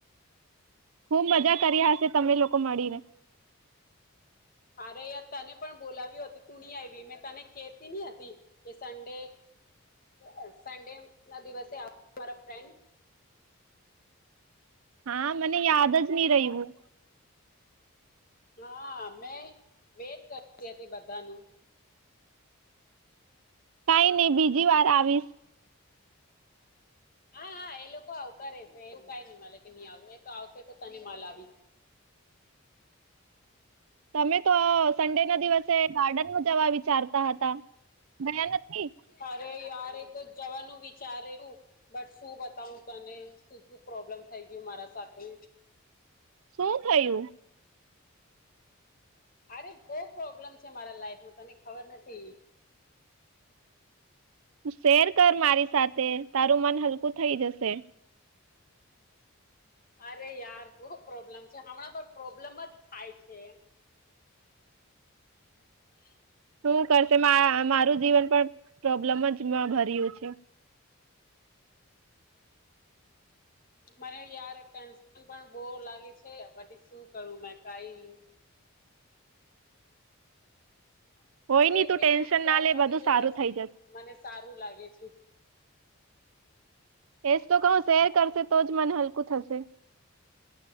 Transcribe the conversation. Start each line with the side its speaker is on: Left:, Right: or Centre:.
Right: ખુબ મજા કરી હશે તમે લોકો મળીને?
Left: અરે યાર તને પણ બોલાવ્યો હતું તું નહી આવી મેં તને કેતી ની હતી કે સન્ડે અહ સન્ડે ના દિવસે આવ્યા મારા ફ્રેન્ડ.
Right: હા, મને યાદ જ નહી રહ્યું.
Left: હા મેં વેટ કરતી હતી બધાનું.
Right: કઈ નઈ બીજી વાર આવીશ.
Left: હા હા એ લોકો આવતા રેશે એવું કઈ નઈ મળે કે નહી આવશે એ તો આવશે તો તને મળાવીસ.
Right: તમે તો સન્ડે ના દિવસે ગાર્ડનમાં જવા વિચારતા હતા, ગયા નથી?
Left: અરે યાર એ તો જવાનું વિચારેલું. બટ શું બતાવું તને શું શું પ્રોબ્લેમ થઈ ગયું મારા સાથે.
Right: શું થયું?
Left: અરે બહ પ્રોબ્લેમ છે મારા લાઈફમાં તને ખબર નથી.
Right: તું શેર કર મારી સાથે તારું મન હલકું થઇ જશે.
Left: અરે યાર બહુ પ્રોબ્લેમ છે હમણાં તો પ્રોબ્લેમ જ થાય છે. હમ <inaudible>
Right: શું કરશે મા મારું જીવન પણ પ્રોબ્લેમ જ ભર્યું છે.
Left: મને યાર ટેન્શન પણ બહ લાગે છે પછી શું કરું મે કઈ.
Right: કોઈ નહી
Left: એકબીજાને
Right: તું ટેન્શન
Left: શેર
Right: ના લે
Left: કરું
Right: બધું
Left: છું
Right: સારું
Left: પછી
Right: થઈ જશે.
Left: મને સારું લાગે છે. <inaudible>
Right: એસ <unintelligible> તો કહ શેર કરશે તો જ મને હલકું થશે.